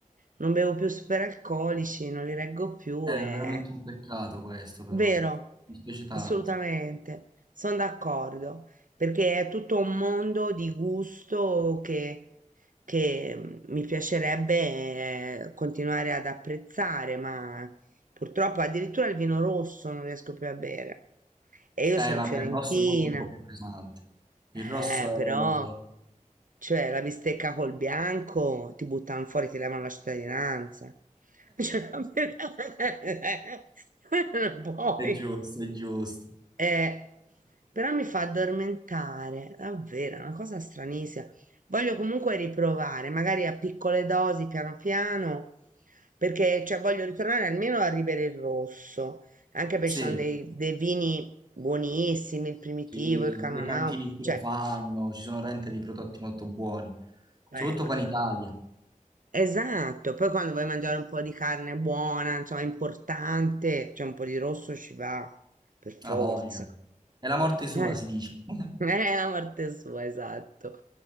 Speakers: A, on the right; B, on the right.
A: non bevo più superalcolici, non li reggo più
B: È
A: e
B: veramente un peccato questo, però.
A: Vero,
B: Mi spiace tanto.
A: assolutamente, sono d'accordo, perché è tutto un mondo di gusto che, che, mm, mi piacerebbe eh, continuare ad apprezzare, ma purtroppo addirittura il vino rosso non riesco più a bere. E io
B: Eh,
A: sono
B: vabbè,
A: fiorentina,
B: il rosso è molto un po' più pesante. Il
A: eh,
B: rosso
A: però,
B: è,
A: cioè, la bistecca col bianco ti buttano fuori, ti levano la cittadinanza. Cioè, <laughs> non puoi.
B: è giusto, è giusto.
A: Eh, però mi fa addormentare, davvero, è una cosa stranissima. Voglio comunque riprovare, magari a piccole dosi, piano piano, perché cioè, voglio ritornare almeno a Ribera il Rosso, anche perché
B: Sì,
A: ci sono dei, dei vini buonissimi, il Primitivo,
B: sì,
A: il Canonau,
B: le cantine in cui
A: cioè
B: lo fanno, ci sono rente di prodotti molto buoni.
A: Eh,
B: Soprattutto qua in Italia.
A: esatto, poi quando vuoi mangiare un po' di carne buona, insomma, importante, cioè un po' di rosso ci va, per forza.
B: Ha voglia. È la morte sua,
A: Eh,
B: si dice. <laughs>
A: <laughs> è la morte sua, esatto.